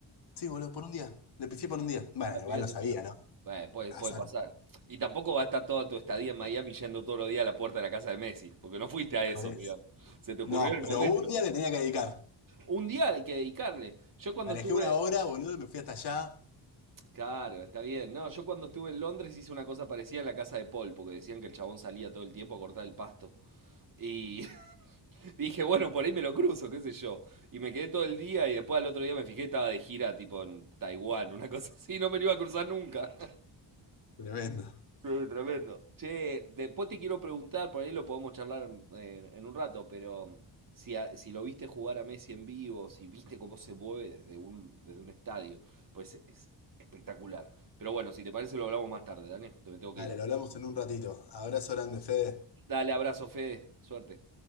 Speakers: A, on the left (about 60°); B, on the right (about 45°).
A: sí, boludo, por un día, le pifié por un día. Bueno,
B: La lluvia
A: igual lo
B: te
A: sabía,
B: puede,
A: ¿no?
B: Bueno, puede,
A: Azar,
B: puede pasar. Y tampoco va a estar toda tu estadía en Miami yendo todos los días a la puerta de la casa de Messi, porque no fuiste a eso,
A: por eso.
B: digamos. Se te ocurrió
A: No,
B: en el
A: pero
B: momento.
A: un día le tenía que dedicar.
B: Un día hay que dedicarle. Yo cuando
A: Manejé
B: estuve,
A: una hora, boludo, y me fui hasta allá.
B: claro, está bien. No, yo cuando estuve en Londres hice una cosa parecida en la casa de Paul, porque decían que el chabón salía todo el tiempo a cortar el pasto. Y <laughs> dije, bueno, por ahí me lo cruzo, qué sé yo. Y me quedé todo el día y después al otro día me fijé, estaba de gira tipo en Taiwán, una cosa así, no me lo iba a cruzar nunca.
A: Tremendo.
B: Sí, tremendo. Che, después te quiero preguntar, por ahí lo podemos charlar eh, en un rato, pero si, a- si lo viste jugar a Messi en vivo, si viste cómo se mueve desde un, desde un estadio, pues es espectacular. Pero bueno, si te parece lo hablamos más tarde, Dani, que me tengo que
A: Dale,
B: ir. ahora.
A: lo hablamos en un ratito. Abrazo grande, Fede.
B: Dale, abrazo, Fede, suerte.